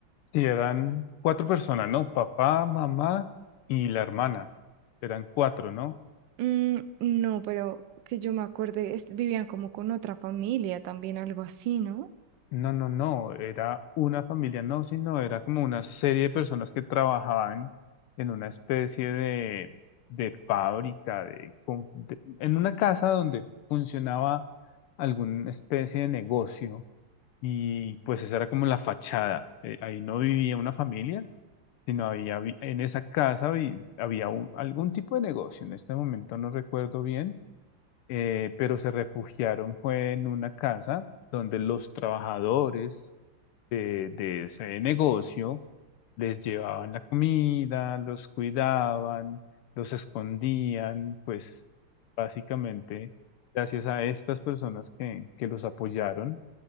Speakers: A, on the left; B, on the right.
A: Sí, eran cuatro personas, ¿no? Papá, mamá y la hermana. Eran cuatro, ¿no?
B: Mm, no, pero que yo me acuerde, es- vivían como con otra familia también, algo así, ¿no?
A: No, no, no, era una familia, no, sino era como una serie de personas que trabajaban en una especie de, de fábrica, de, com- de- en una casa donde funcionaba alguna especie de negocio y pues esa era como la fachada. Eh, ahí no vivía una familia, sino había, vi- en esa casa vi- había un- algún tipo de negocio, en este momento no recuerdo bien, eh, pero se refugiaron fue en una casa donde los trabajadores de, de ese negocio les llevaban la comida, los cuidaban, los escondían, pues básicamente gracias a estas personas que, que los apoyaron,